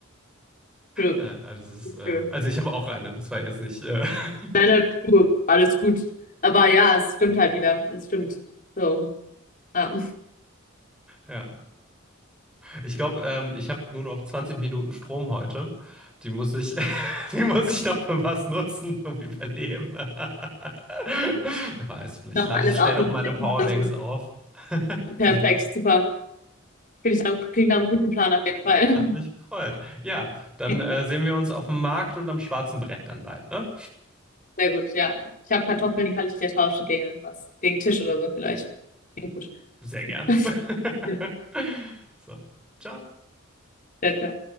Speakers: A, on the left (about 40°); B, in the centre.
A: true,
B: Nein, also, es ist, äh,
A: true.
B: also ich habe auch eine, das war jetzt nicht. Äh, <laughs>
A: Nein, nein, true. Alles gut. Aber ja, es stimmt halt wieder. Es stimmt. So. Ja,
B: ja. Ich glaube, ähm, ich habe nur noch 20 Minuten Strom heute. Die muss ich, <laughs> die muss ich noch für was nutzen, um überleben. <laughs> Wer weiß, vielleicht
A: noch
B: lade
A: alles
B: ich schnell
A: aus
B: noch
A: und
B: meine
A: letzten
B: Powerbanks
A: 20 Minuten.
B: auf. <laughs>
A: Perfekt,
B: Genau.
A: super. Finde ich dann, klingt nach einem guten Plan auf jeden Fall.
B: Hat mich gefreut. Ja, dann
A: <laughs>
B: äh, sehen wir uns auf dem Markt und am schwarzen Brett dann bald, ne?
A: Sehr gut, ja. Ich habe Kartoffeln, die kann ich dir tauschen gegen was, gegen Tisch oder so vielleicht. Klingt gut.
B: Sehr gern.
A: <laughs>
B: <laughs>
A: Sehr,
B: So, ciao.
A: sehr